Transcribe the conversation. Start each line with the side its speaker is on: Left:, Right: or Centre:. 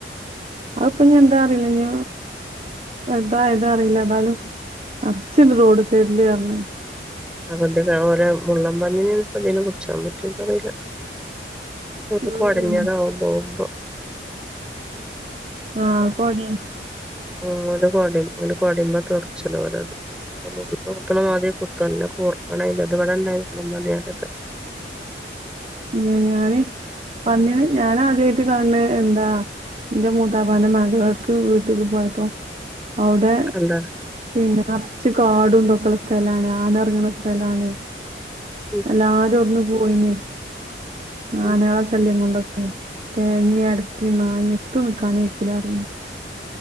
Right: അപ്പൊ ഞാൻ എന്താ അറിയില്ല ഞ അതായതാ അറിയില്ല എന്നാലും അറച്ചണ്ട് റോഡ് സൈഡില് പറഞ്ഞ
Centre: അതൊണ്ട് ഓര മുള്ളൻ പന്നിനെപ്പ അതിനെ കുടിച്ചാൻ പറ്റൂ പറയില്ല അത്
Right: ഉം
Centre: കുടഞ്ഞതാവമ്പോമ്പോ
Right: ആഹ കോടെ
Centre: ആ ഓരു കൊടെം ഒരു കൊടെമ്പ തറച്ചനരത് മു കുത്തണ മാതിരി കുത്തല്ല കൂർപ്പണ ഇ അത്വിടെ ഇണ്ടായിത്ള്ള മതിതൊക്കെ
Right: ഉ ഞാന് വന്നന് ഞാന ആദ്യ കാണ എന്താ എന്റെ മൂതാബാന്റെെ മകളർക്ക് വീട്ടിലക്ക് പോയപ്പോ അവിടെ
Centre: കണ്ടാ
Right: പിന്നെ നറച്ച കാടും തൊക്കള്ള സ്ഥലമാണ് ആന എറങ്ങണ സ്ഥലാണ്
Centre: ഉം
Right: എല്ലാരും ഒടന്ന് പോയിന്ന്
Centre: ഉം
Right: ആനള ശല്യം കൊണ്ടൊക്കെ മട്ടേ ഇ അടക്കീമ്മ ഇ എത്ത നക്കാനക്കലറി